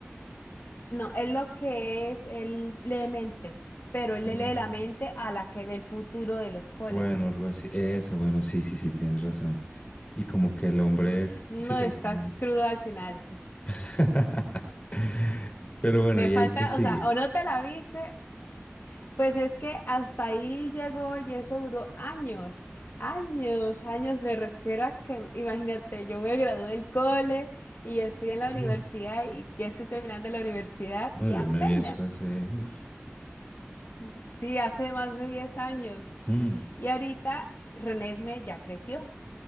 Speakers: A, on the left; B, on the left.
A: No, es lo que es, él lee mentes, pero él
B: Mm,
A: le lee la mente a la que ve el futuro de los Coleman.
B: Bueno, algo así. Eso, bueno, sí, sí, sí, tienes razón. Y como que el hombre,
A: No,
B: sí,
A: estás
B: al final.
A: crudo al final.
B: <laughs> Pero bueno,
A: Te
B: ¿y
A: falta,
B: ahí qué sigue?
A: o sea, o no te la viste Pues es que hasta ahí llegó y eso duró años, años, años. Me refiero a que, imagínate, yo me gradué del cole y estoy en la
B: No,
A: universidad y ya estoy terminando la universidad
B: no,
A: y
B: yo
A: apenas,
B: me vi eso hace. uf,
A: sí, hace más de 10 años.
B: mm,
A: Y ahorita Renesme ya creció